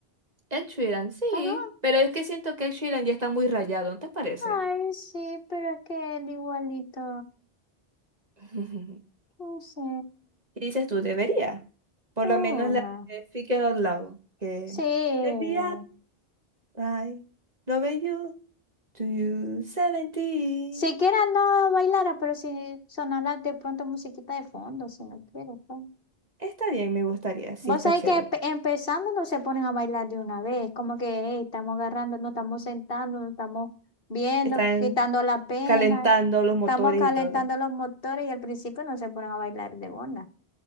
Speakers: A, on the right; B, on the left.
A: Ed Sheeran, sí,
B: Ajá.
A: pero es que siento que Ed Sheeran ya está muy rayado, ¿no te parece?
B: Ay, sí, pero es que él igualito.
A: <laughs>
B: No sé.
A: ¿Qué dices tú? Debería. Por
B: Una.
A: lo menos la de Speaking Out Loud. Que
B: Sí.
A: debería. Ay, lo bello. To you 17.
B: Siquiera no bailara, pero si sonara de pronto musiquita de fondo, si no quiero, pues.
A: Está bien, me gustaría. Sí,
B: Vos
A: está
B: sabés
A: chévere.
B: que pe- empezando no se ponen a bailar de una vez, como que hey, estamos agarrando, nos estamos sentando, nos estamos viendo,
A: Están
B: quitando la pena,
A: calentando los motores
B: estamos calentando
A: y todo.
B: los motores y al principio no se ponen a bailar de una.